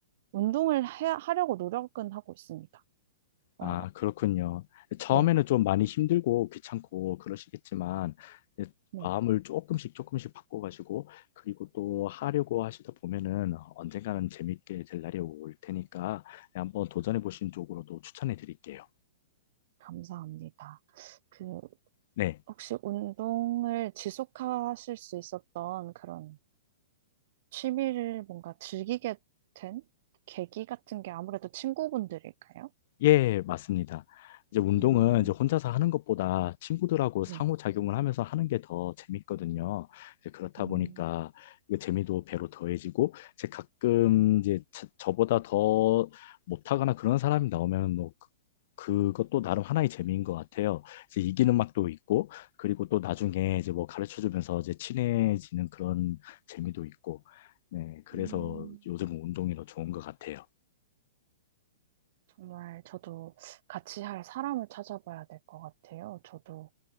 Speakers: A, on the right (about 55°); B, on the left (about 55°).
A: 운동을 해, 하려고 노력은 하고 있습니다. 어,
B: 아, 그렇군요. 처음에는
A: 네,
B: 좀 많이 힘들고 귀찮고 그러시겠지만 이제
A: 네,
B: 마음을 조금씩 조금씩 바꿔가지고 그리고 또 하려고 하시다 보면은 언젠가는 재밌게 될 날이 올 테니까 한번 도전해 보신 쪽으로도 추천해 드릴게요.
A: 감사합니다. 그
B: 네.
A: 혹시 운동을 지속하실 수 있었던 그런 취미를 뭔가 즐기게 된 계기 같은 게 아무래도 친구분들일까요?
B: 예, 맞습니다. 이제 운동은
A: 음,
B: 이제 혼자서 하는 것보다 친구들하고
A: 네,
B: 상호작용을 하면서 하는 게 더 재밌거든요. 이제 그렇다
A: 음,
B: 보니까 그 재미도 배로 더해지고, 제 가끔 이제 저- 저보다 더 못하거나 그런 사람이 나오면 뭐 그- 그것도 나름 하나의 재미인 것 같아요. 이제 이기는 맛도 있고, 그리고 또 나중에 이제 뭐 가르쳐 주면서 이제 친해지는 그런 재미도 있고, 네, 그래서
A: 음.
B: 요즘 운동이 더 좋은 것 같아요.
A: 정말 저도 같이 할 사람을 찾아봐야 될 것 같아요. 저도